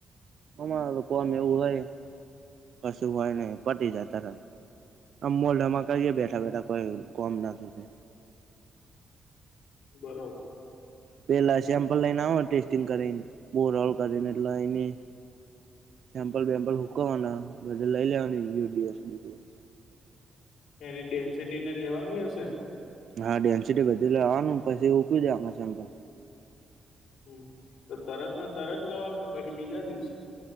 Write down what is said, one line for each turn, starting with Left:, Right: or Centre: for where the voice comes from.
Right: અમાર લોકો
Left: હમ
Right: ને એવું હોય કશું હોય નહી પતી જાય તરત આમ મોલઢામા
Left: હમ
Right: <unintelligible> બેઠા
Left: હમ
Right: બેઠા કોઈ કોમ નથી તે
Left: બરોબર.
Right: પેલા સેમ્પલ લઈને આવો ટેસ્ટિંગ કરીને બોરલ કરીને એટલે એની સેમ્પલ વેમ્પલ હૂકવાના બધે લઈ લેવાની યુડીએફ પીડીફ.
Left: એની ડેન્સિટીને લેવાની હશે?
Right: હા, ડેન્સિટી બધું લેવાનું પછી હુકવી દેવ આમાં સેમ્પલ
Left: હમ્મ તો તરત ના તરત લો કે પછી બીજા દિવસે?